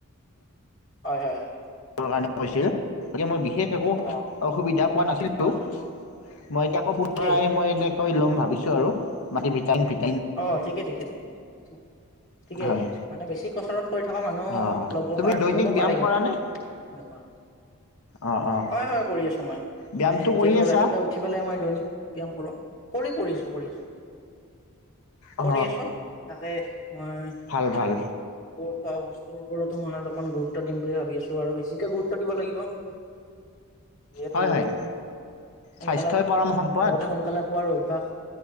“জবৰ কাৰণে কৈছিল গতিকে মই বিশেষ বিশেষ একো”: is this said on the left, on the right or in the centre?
Left